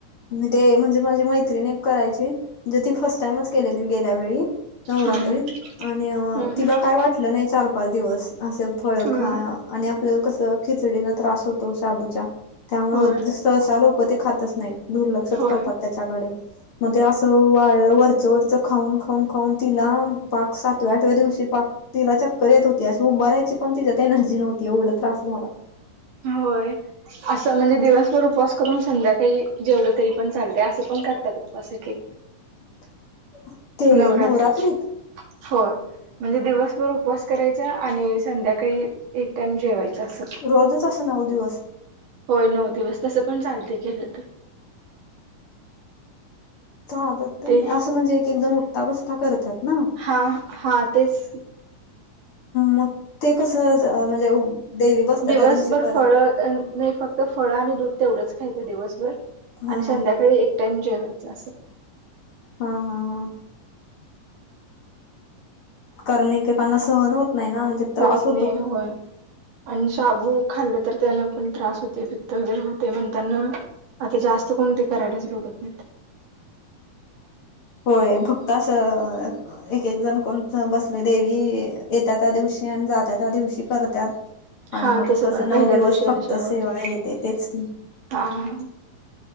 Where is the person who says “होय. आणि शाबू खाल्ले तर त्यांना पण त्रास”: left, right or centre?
Right